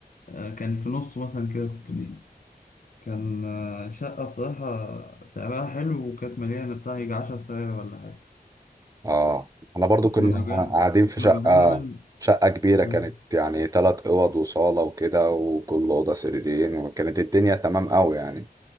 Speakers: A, on the left; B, on the right.
A: آه، كان في نص مثلا كده كنت فيه كان آه، شقة الصراحة سعرها حلو وكانت مليانة بتاع يجي عشر ساعات ولا حاجة
B: اه انا برضو كنا
A: كنا مأجرين
B: قاعدين في
A: كنا
B: شقة
A: مأجرينها بين
B: شقة كبيرة كانت
A: آه،
B: يعني تلات اوض وصالة وكده وكل اوضة سريرين وكانت الدنيا تمام قوي يعني